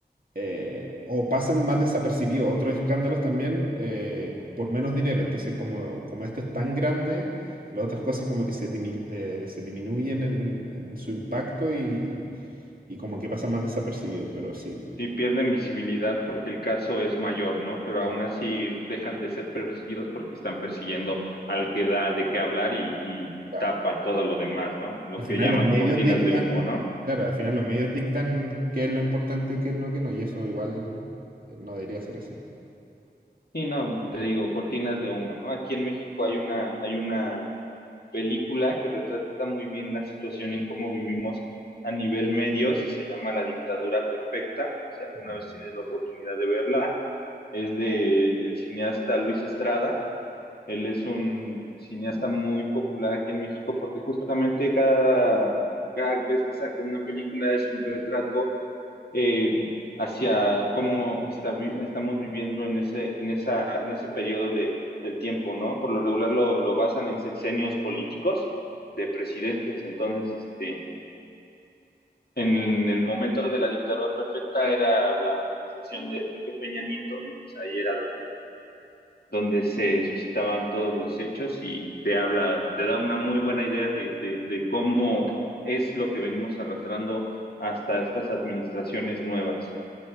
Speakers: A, on the right (about 55°); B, on the left (about 65°).
A: eh, o pasan más desapercibidos otros escándalos también eh, por menos dinero. Entonces, como, como esto es tan grande, las otras cosas como que se, dimi- eh, se disminuyen en, en su impacto y, y como que pasan más desapercibidos, pero sí.
B: Sí, pierden visibilidad porque el caso es mayor, ¿no? Pero
A: Claro,
B: aún así dejan de ser perseguidos porque están persiguiendo al que da de qué hablar y, y
A: claro.
B: tapa todo lo demás, ¿no? Lo
A: Al final
B: que llaman
A: los medios
B: cortinas
A: dictan,
B: de humo, ¿no?
A: claro, al final los medios dictan qué es lo importante, qué no lo que no, y eso igual no debería ser así.
B: Y no, te digo, cortinas de humo, ¿no? Aquí en México
A: Ah,
B: hay una, hay una película que retrata muy bien la situación en cómo vivimos a nivel medios y se llama La Dictadura Perfecta. Si alguna
A: ujú.
B: vez tienes la oportunidad de verla, es de el cineasta Luis Estrada Él es un cineasta muy popular aquí en México porque justamente cada, cada vez que saca una película es un retrato eh, hacia cómo está, vi- estamos viviendo en ese, en esa, en ese periodo de, del tiempo, ¿no? Por lo regular lo, lo basan en sexenios políticos de presidentes. Entonces, este, en el momento de la dictadura perfecta era la administración de Enrique Peña Nieto y pues ahí era donde donde se suscitaban todos los hechos y te habla, te da una muy buena idea de, de, de cómo es lo que venimos arrastrando hasta estas administraciones nuevas.